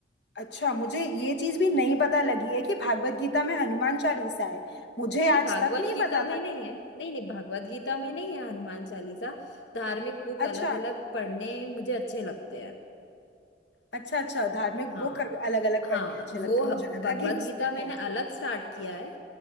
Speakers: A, on the left; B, on the left.
A: अच्छा मुझे ये चीज भी नहीं पता लगी है कि भागवत गीता में हनुमान चालीसा है मुझे
B: नहीं
A: आज
B: भागवत
A: तक नहीं
B: गीता
A: पता
B: में
A: था
B: नहीं है नहीं नहीं भागवत गीता में नहीं है हनुमान चालीसा धार्मिक बुक अलग
A: अच्छा
B: अलग पढ़ने मुझे अच्छे लगते हैं
A: अच्छा अच्छा धार्मिक
B: हाँ
A: बुक अलग अलग
B: हाँ
A: पढ़ने अच्छे लगता
B: वो
A: है
B: ह-
A: मुझे लगा
B: भगवत
A: कि उसमें
B: गीता मैंने
A: है
B: अलग स्टार्ट किया है